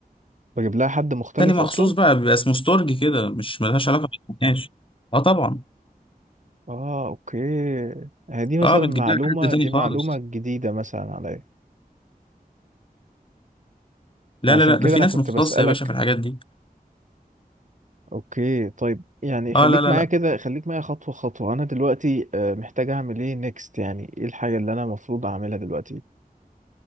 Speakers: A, on the right; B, on the left.
A: بجيب لها حد مختلف
B: تاني مخصوص
A: اصلا
B: بقى بيبقى اسمه ستورج كده مش ملهاش علاقه بالنقاش اه طبعا
A: اه اوكي هي دي مثلا
B: اه بتجيب
A: معلومة
B: لها حد تاني
A: دي معلومة
B: خالص
A: جديدة مثلا عليا
B: لا
A: فعشان
B: لا لا
A: كده
B: ده في
A: انا
B: ناس
A: كنت
B: مختصه
A: بسألك
B: يا باشا في الحاجات دي
A: اوكي طيب يعني خليك
B: اه لا لا
A: معايا
B: لا
A: كده خليك معايا خطوة خطوة انا دلوقتي آه، محتاج اعمل ايه نيكست يعني ايه الحاجة اللي انا المفروض اعملها دلوقتي